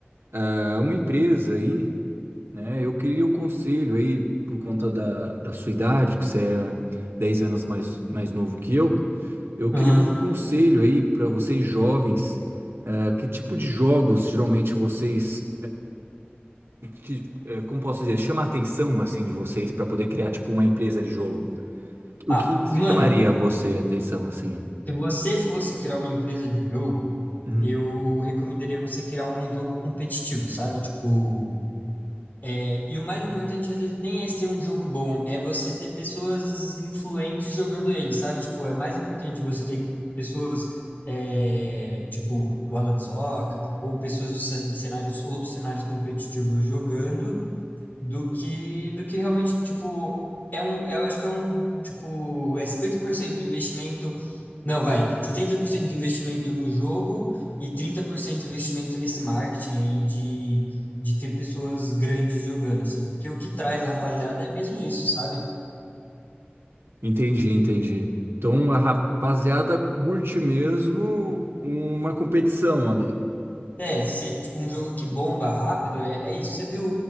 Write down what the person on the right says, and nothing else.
ah, uma empresa aí, né? Eu queria um conselho aí por conta da, da sua idade, que você é 10 anos mais, mais novo que eu. Eu
queria um conselho aí para vocês jovens É, que tipo de jogos geralmente vocês, que, é, como posso dizer, chama a atenção assim de vocês para poder criar tipo uma empresa de jogo? O
que chamaria
você a atenção assim?
Hum,
entendi, entendi. Então a rapaziada curte mesmo uma competição ali.